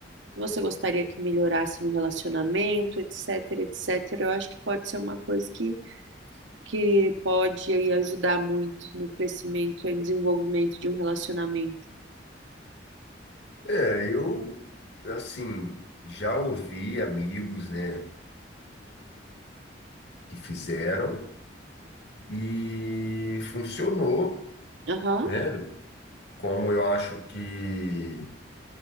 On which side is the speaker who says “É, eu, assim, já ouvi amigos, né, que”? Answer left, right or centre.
Left